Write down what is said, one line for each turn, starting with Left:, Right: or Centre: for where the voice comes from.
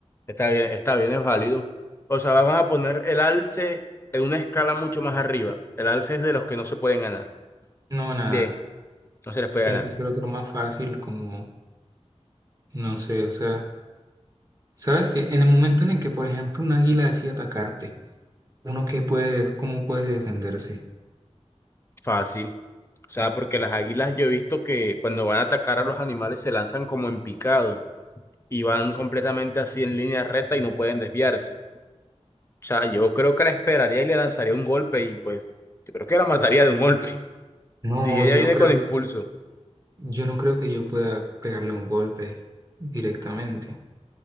Left: Está bien, está bien, es válido. O sea, vamos a poner el alce en una escala mucho más arriba. El alce es de los que no se pueden ganar.
Right: no, nada,
Left: Bien, no se les puede
Right: tiene
Left: ganar.
Right: que ser otro más fácil, como, no sé, o sea, sabes que en el momento en el que, por ejemplo, un águila decide atacarte, uno qué puede, cómo puede defenderse.
Left: Fácil. O sea, porque las águilas yo he visto que cuando van a atacar a los animales se lanzan como en picado. y van completamente así en línea recta y no pueden desviarse. O sea, yo creo que la esperaría y le lanzaría un golpe y pues yo creo que la mataría de un golpe. <laughs>
Right: No,
Left: Si ella
Right: yo
Left: viene
Right: no creo,
Left: con impulso. O
Right: yo no creo que yo pueda pegarle un golpe directamente.